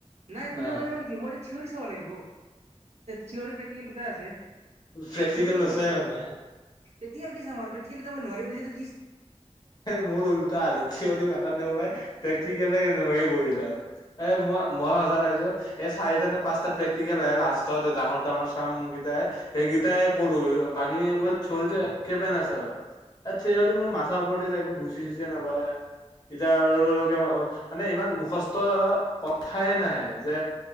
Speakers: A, on the right (about 70°); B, on the left (about 35°).
A: নাই
B: হা
A: কোনেলে মানে মই এতিয়া থিয়ৰি চাব লাগিব থিয়ৰি প্ৰেক্টিকেল দুটাই আছে
B: প্ৰেক্টিকেল
A: থিয়ৰি চাব
B: নোচোৱাই
A: লাগিব
B: মানে।
A: প্ৰেক্টিকেল কি চাম আৰু প্ৰেক্টিকেল মই নোৱাৰিব <unintelligible>
B: মোৰ উল্টা আৰু থিয়ৰি মাথাত নোসোমায় প্ৰেক্টিকেল কেনেকুৱাকে কৰিছা এ মই মই সজাত আহছো এই চাৰিটা নে পাঁচটা প্ৰেক্টিকেল আহে লাষ্টত ডাঙৰ ডাঙৰ চাম কেইটা সেইকেইটাই কৰো বাকী মই থিয়ৰি একেবে নাচাওঁ আৰু এ থিয়ৰি মোৰ মা মাথাবোৰতে যায় একো বুজি চুজি নাপাওয়ে <inaudible> মানে ইমান মুখস্থ কথাই নাহে যে